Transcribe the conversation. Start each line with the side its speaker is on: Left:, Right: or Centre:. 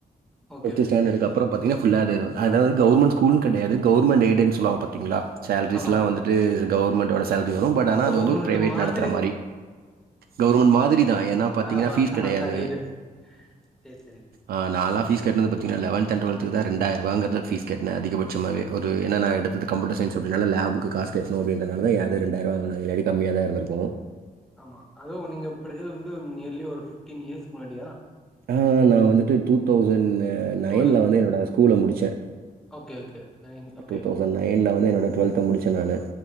Centre: ஓகே
Right: ஃபிப்து
Centre: ஓகே
Right: ஸ்டாண்டடுக்கு அப்றோ பாத்தீங்னா ஃபுல்லாவே அதுதா கவர்மெண்ட் ஸ்கூல்னு கெடயாது கவர்மெண்ட் எய்டடுனு சொல்லுவாங்க பாத்தீங்களா சேலரீஸ்ல்லா
Centre: ஆமா
Right: வந்துட்டு கவர்மெண்ட் வேல ரொம்ப நாளா
Centre: கவர்மெண்ட்
Right: அது வந்து ஒரு பிரைவேட்
Centre: மாதிரி
Right: நடத்ற மாரி கவர்மெண்ட் மாதிரி தா ஏன்ன பாத்தீங்னா
Centre: ஆமா
Right: பீஸ் கெடயாது‌
Centre: அதா எய்டட் சேரி சேரி
Right: அ நாலா பீஸ் பாத்தீங்னா லெவன்த்து அன்ட் டுவல்த்துக்கு தா ரெண்டாயிர ரூபாங்குறதா பீஸ் கட்னே அதிகபட்சமாவே ஒரு ஏன்ன நா எடுத்தது கம்யூட்டர் சயின்ஸு அப்டிங்கிறதுனால லேபுக்கு காஸ் கெட்ணு அப்டிங்றனாலத எ கிட்ட ரெண்டுயிரம் வாங்ன ‌இல்லன கம்மியா தா இருந்துருக்கு
Centre: ஆமா அதோ நீங்க படிச்சது வந்து நியர்லி ஒரு ஃபிப்டீன் இயர்ஸ் முன்னாடியா
Right: ஆ நா வந்துட்டு டூ தௌசண்ட் அ நைன்ல
Centre: டுவெல்
Right: வந்து என்னோட அஸ் ஸ்கூல முடிச்சே
Centre: okay okay nine okay
Right: two thousand நைன்ல வந்து அப்ப டுவல்த்த முடிச்சே நானு